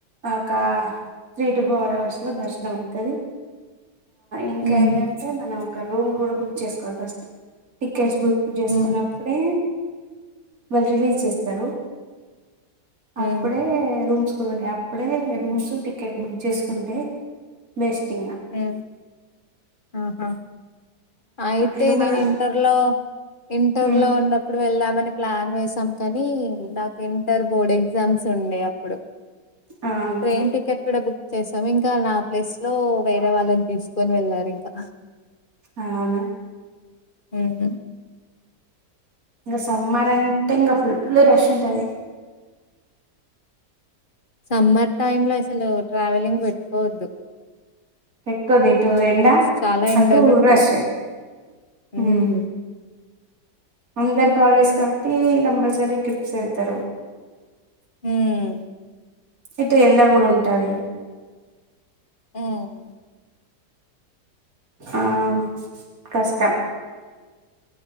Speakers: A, on the right; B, on the left.
A: ఒక త్రీ టు ఫోర్ అవర్స్లో దర్శనం అవుతుంది ఇంకా
B: హ్మ్
A: ఏంటంటే మనం ఒక రూమ్ కూడా బుక్ చేసుకోవాలి ఫస్ట్ టిక్కెట్స్ బుక్ చేసుకున్నప్పుడే
B: హ్మ్
A: వాళ్ళు రిలీజ్ చేస్త వెళ్తారు
B: హ్మ్
A: అప్పుడే రూమ్స్ కూడా ఉంటాయి అప్పుడే రూమ్స్ టికెట్ బుక్ చేసుకుంటే బెస్టింగ్
B: హ్మ్. ఆహా అయితే
A: ఇగ
B: నేను
A: మన
B: ఇంటర్లో ఇంటర్లో
A: ఉమ్
B: ఉన్నప్పుడు వెళ్దాం మని ప్లాన్ వేశాం కానీ నాకు ఇంటర్ బోర్డ్ ఎగ్జామ్స్ ఉండే అప్పుడు
A: అవును
B: ట్రైన్ టికెట్ కూడా బుక్ చేసాము ఇంకా నా ప్లేస్లో వే రే వాళ్ళని తీసుకొని వెళ్లారు ఇంకా
A: అవునా
B: మ్మ్ మ్మ్
A: ఇంగ సమ్మార్ అంటే ఇంగ ఫుల్ రష్ ఉంటది
B: సమ్మర్ టైమ్లో అసలు ట్రావెలింగ్ పెట్టుకోవద్దు
A: పెట్టుకోవద్దు ఇటు ఎండ
B: చాలా ఎండలు
A: అటు
B: ఉంటాయి
A: రష్ హ్మ్
B: ఉమ్
A: అందరికి హాలిడేస్ కాబట్టి కంపల్సరీ ట్రిప్స్ ఎళ్తారు
B: హ్మ్మ్
A: ఇటు ఎండ కూడుంటది
B: మ్మ్
A: ఆమ్ కష్టం